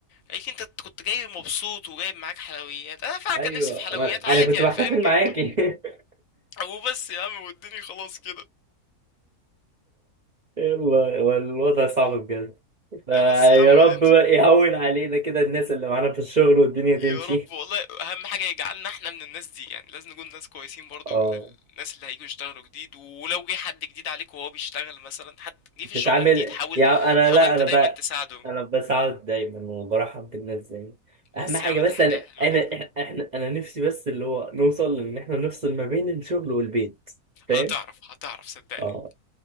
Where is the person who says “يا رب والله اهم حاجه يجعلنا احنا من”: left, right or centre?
Left